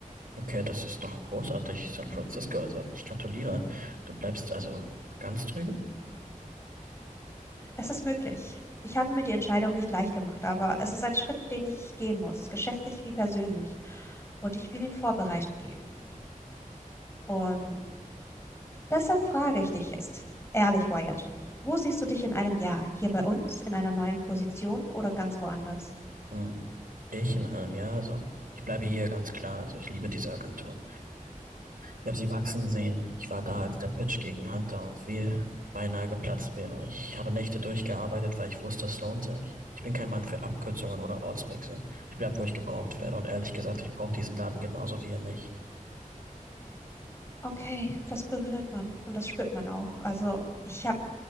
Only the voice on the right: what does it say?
Okay, das ist doch großartig, San Francisco. Also ich gratuliere. Du bleibst also ganz drüben?
Hm, ich in einem Jahr, also ich bleibe hier ganz klar. Also ich liebe diese Agentur. Ich habe sie wachsen sehen. Ich war da, als der Pitch gegen Hunter und Veal beinahe geplatzt wäre. Ich habe Nächte durchgearbeitet, weil ich wusste, es lohnt sich. Ich bin kein Mann für Abkürzungen oder Ortswechsel. Ich bleib, wo ich gebraucht werde. Und ehrlich gesagt, ich brauche diesen Laden genauso wie ihr mich.